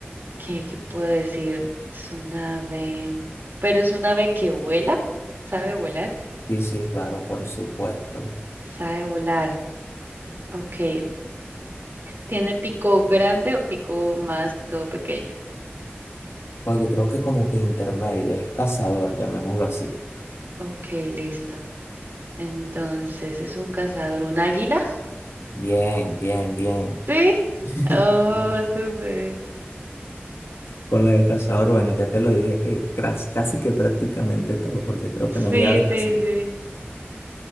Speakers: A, on the right; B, on the left.
A: ¿qué, qué puedo decir? Es un ave, pero es un ave que vuela, ¿sabe volar?
B: Sí, sí, claro, por supuesto.
A: Sabe volar. Ok. ¿Tiene pico grande o pico más que todo pequeño?
B: Oye, creo que como que intermedio, es cazador, llamémoslo así.
A: Ok, listo. Entonces, ¿es un cazador, un águila?
B: Bien, bien, bien.
A: ¿Sí?
B: <laughs>
A: Oh, súper.
B: Con la de cazador, bueno, ya te lo dije que cras- casi que prácticamente todo, porque creo
A: Sí,
B: que no hay aves
A: sí,
B: así.
A: sí.